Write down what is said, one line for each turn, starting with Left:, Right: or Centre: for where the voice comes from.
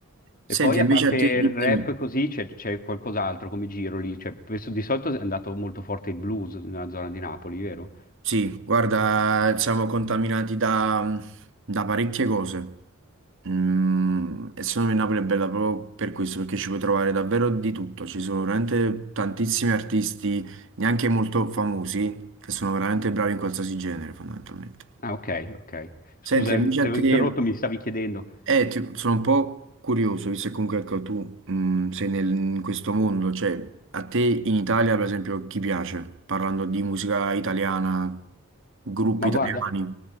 Right: Senti,
Left: E poi
Right: invece
Left: a parte
Right: a te,
Left: il
Right: dimmi.
Left: rap
Right: dimmi.
Left: così c'è c'è qualcos'altro come giro lì. Cioè, penso- di solito è andato molto forte il blues nella zona di Napoli, vero?
Right: Sì, guarda, siamo contaminati da, da parecchie cose. Mm, e secondo me Napoli è bella proprio per questo, perché ci puoi trovare davvero di tutto. Ci sono veramente tantissimi artisti, neanche molto famosi, che sono veramente bravi in qualsiasi genere, fondamentalmente.
Left: Ah, ok, ok. Scusa,
Right: Senti, invece
Left: eh, mi- ti
Right: a
Left: avevo
Right: te.
Left: interrotto, mi stavi chiedendo.
Right: Eh, ti- sono un po' curioso, visto che comunque ecco, tu mh, sei nel- in questo mondo, cioè a te in Italia per esempio chi piace? Parlando di musica italiana, gruppi
Left: Ma
Right: italiani.
Left: guarda,